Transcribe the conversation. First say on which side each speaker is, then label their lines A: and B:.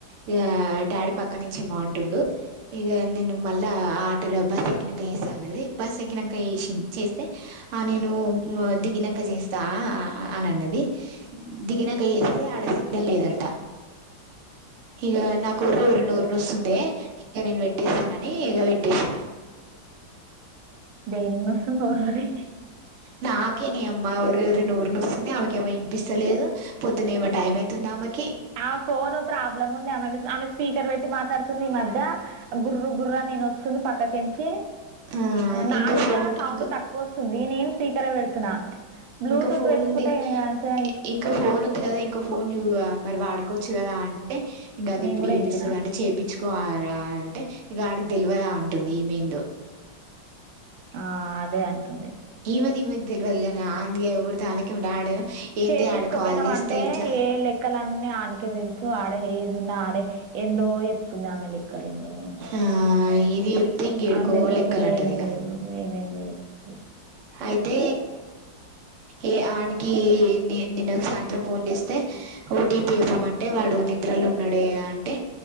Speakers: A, on the right; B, on the right.
A: ఇగ డాడీ పక్క నుంచి ఏమో అంటుండు ఇగ నేను మళ్ల ఆటలో బస్సు ఎక్కినక్క చేస్తా అన్నది బస్ ఎక్కినంక చేసింద్ చేస్తే ఆ నేను వొ దిగినంక చేస్తా ఆ ఆ అని అన్నది దిగినంక చేస్తే ఆడ సిగ్నల్ లేదంట ఇగ నాకు వొర్లి వొర్లి నోరు నొస్తుందే ఇగ నేను పెట్టేస్తానని ఇగ పెట్టేసిన <inaudible>
B: దేనికి నొస్తుంది వొర్లి వొర్లి
A: నాకే నే అమ్మ వొర్లి వొర్లి నోరు నొస్తుంది ఆమెకేమో వినిపిస్తలేదు పొద్దున్నేమో టైం అయితుంది ఆమెక్
B: ఆ ఫోను ప్రాబ్లమ్ ఉంది ఆమెన్ చూస్ ఆమె స్పీకర్ పెట్టి మాట్లాడుతుంది ఈ మధ్య గుర్రు గుర్రా అని వినొస్తుంది పక్కకెంచి
A: ఆ
B: నాది
A: ఇంకా ఫోన్
B: కూడా సౌండ్
A: ఇంక
B: తక్కువ వస్తుంది నేను స్పీకర్ ఏ పెడుతున్నా బ్లూటూత్
A: ఇంకా ఫోన్
B: వెట్టుకుంటే
A: ఉంది
B: అంతే
A: ఇంకా ఫోన్ ఉంది కదా ఇంకో ఫోన్ యువ మరి వాడుకోవచ్చు గదా అంటే ఇంగ అది
B: నేను
A: ఎప్పుడు
B: కూడా
A: చేపిస్తాడొ,
B: చెప్పినా
A: అంటే చేపిచ్చుకో ఆరా అంటే ఇగ ఆడికి తెల్వదా అంటుంది ఈమెందో
B: ఆ అదే అంటుంది
A: ఈమె ఈమెకి తెల్వల్ గాని అంది ఎవడితే అల్లకే ఉండే ఆడేమో ఏంది
B: చేపిచ్చుకోపోయినాం
A: ఆడ కాల్ చేస్తే
B: అంటే
A: ఇట్లా
B: ఏ లెక్కలన్నీ అనికే తెలుసు ఆడ ఏ నాడే ఎందో ఎప్తుంది ఆమె లెక్కలేందో ఏమో
A: ఆ ఇది చెప్తే ఇంకేడుకో
B: అన్ తెల్వకుండా
A: లెక్కలు అంటది
B: ఏం
A: ఇక
B: లేదు ఏందేందో చెప్తుంది.
A: అయితే, ఏ అనికి నేన్ నిన్న సాయంత్రం ఫోన్ చేస్తే ఓటీపీ ఇవ్వమంటే వాడు నే నిద్రలు ఉన్నాడే అంటే